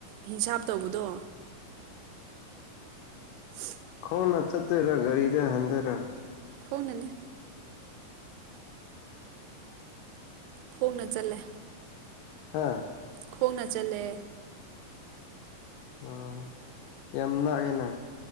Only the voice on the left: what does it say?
ꯈꯣꯡꯅ ꯆꯠꯇꯣꯏꯔ ꯒꯥꯔꯤꯗ ꯍꯟꯗꯣꯏꯔ
ꯍꯥꯥ
ꯑꯣ ꯌꯥꯝ ꯅꯛꯑꯦꯅꯦ